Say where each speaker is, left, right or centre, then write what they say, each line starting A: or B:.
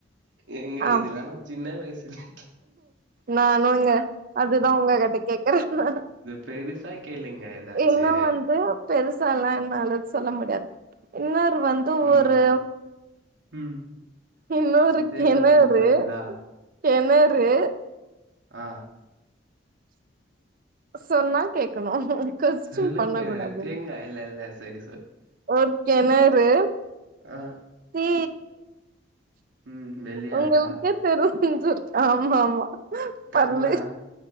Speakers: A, on the right; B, on the right.
A: ஏங்க
B: ஆ
A: இதுலா நா சின்ன வய்சுலயே
B: நானுங்க அதுதா உங்க கிட்ட கேக்குறனா
A: பேருசா கேளுங்க ஏதாச்சு
B: இன்னோ வந்து பெருசாலா என்னால சொல்ல முடியாது இன்னொரு வந் து
A: ம்
B: ஒரு
A: ம்
B: இன்னோரு
A: நா தேங்கா
B: கெணறு
A: கேக்க போறீங்களா
B: கெணறு
A: அ
B: சொன்னா கேக்கணு கொஸ்டின்
A: சொல்லுங்க
B: பண்ணக் கூடாது
A: தேங்கா இல்ல இல்ல சரி
B: ஒரு கெணறு
A: அ
B: தி
A: ம் வெள்ளையா
B: உங்களுக்கே
A: இருக்கா
B: தெருஞ்சுரு ஆமா ஆமா
A: கண்ணா
B: பல்லு